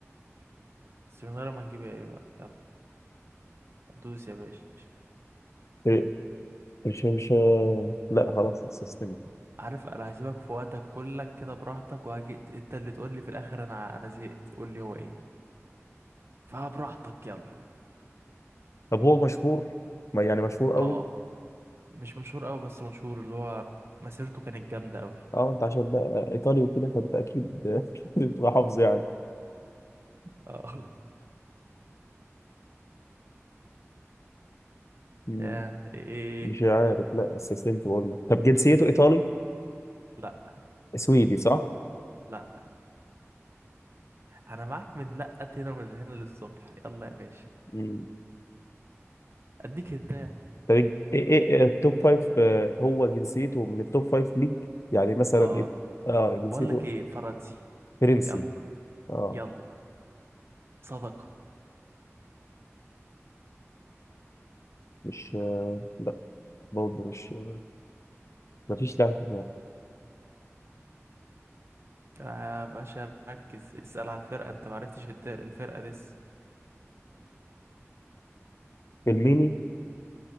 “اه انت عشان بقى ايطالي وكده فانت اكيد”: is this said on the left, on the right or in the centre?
Left